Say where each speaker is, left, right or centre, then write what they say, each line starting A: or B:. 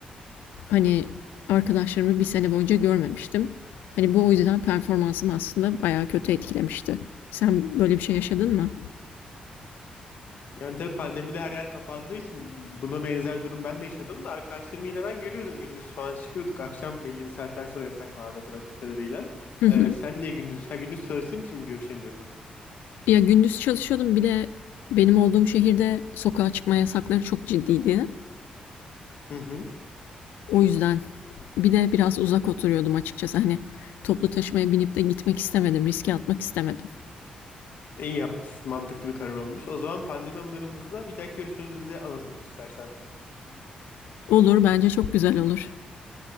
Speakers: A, on the left (about 80°); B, on the left (about 65°).
A: Hani arkadaşlarımı bir sene boyunca görmemiştim. Hani bu o yüzden performansım aslında bayağı kötü etkilemişti. Sen böyle bir şey yaşadın mı?
B: Yani tabii pandemide her yer kapandığı için buna benzer durum ben de yaşadım da arkadaşlarımı yine ben görüyordum gündüz falan çıkıyorduk. Akşam belli bir saatten sonra yasak vardı hatırladığım kadarıyla. Ee,
A: <laughs>
B: sen niye gündüz? her gündüz çalıştığın için mi görüşemiyordun?
A: Ya gündüz çalışıyordum bir de benim olduğum şehirde sokağa çıkma yasakları çok ciddiydi.
B: Hı hı.
A: O yüzden Bir de biraz uzak oturuyordum açıkçası. Hani toplu taşımaya binip de gitmek istemedim. Riske atmak istemedim.
B: İyi yapmışsın. Mantıklı bir karar olmuş. O zaman pandemi anılarımızda bir dahaki görüşmemizi anlatalım istersen.
A: Olur, bence çok güzel olur.